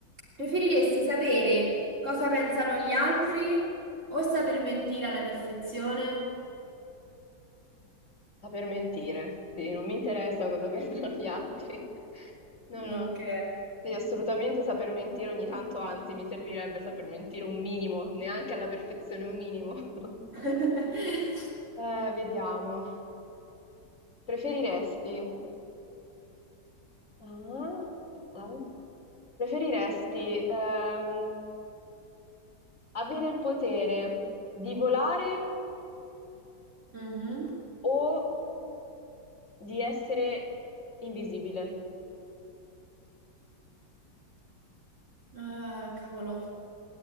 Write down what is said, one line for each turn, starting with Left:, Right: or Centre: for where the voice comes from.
Right: Preferiresti sapere cosa pensano gli altri o saper mentire alla perfezione?
Left: Saper mentire, sì, non mi interessa cosa <laughs> pensano gli altri. No,
Right: Ok.
Left: no, sì, assolutamente saper mentire ogni tanto, anzi, mi servirebbe saper mentire un minimo, neanche alla perfezione un minimo. <laughs>
Right: <laughs>
Left: Eh, vediamo. Preferiresti? Ah, aspetta, eh. Preferiresti ehm, avere il potere di volare
Right: Mhm.
Left: o di essere invisibile?
Right: Ah, cavolo.